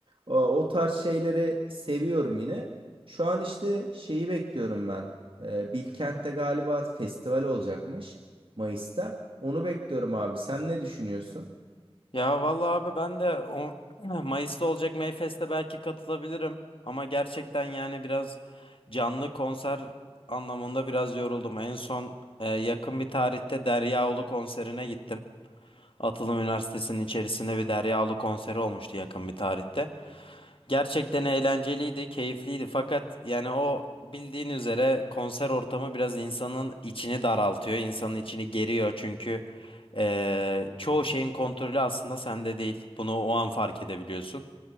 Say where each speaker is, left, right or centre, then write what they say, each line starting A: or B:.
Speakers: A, on the right; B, on the left.
A: O, o tarz şeyleri seviyorum yine. Şu an işte şeyi bekliyorum ben. Ee, Bilkent'te galiba festival olacakmış Mayıs'ta. Onu bekliyorum abi. Sen ne düşünüyorsun?
B: Ya vallahi abi ben de o, <clears throat> Mayıs'ta olacak Mayfest'e belki katılabilirim. Ama gerçekten yani biraz canlı konser anlamında biraz yoruldum. En son e, yakın bir tarihte Deryaolu konserine gittim. Atılım Üniversitesi'nin içerisinde bir Deryaolu konseri olmuştu yakın bir tarihte. Gerçekten eğlenceliydi, keyifliydi fakat yani o bildiğin üzere konser ortamı biraz insanın içini daraltıyor, insanın içini geriyor çünkü eee, çoğu şeyin kontrolü aslında sende değil. Bunu o an fark edebiliyorsun.